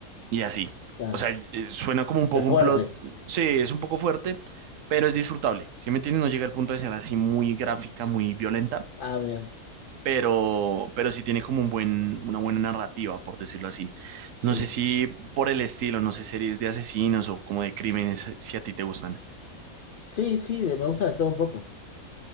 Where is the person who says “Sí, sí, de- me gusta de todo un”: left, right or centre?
Left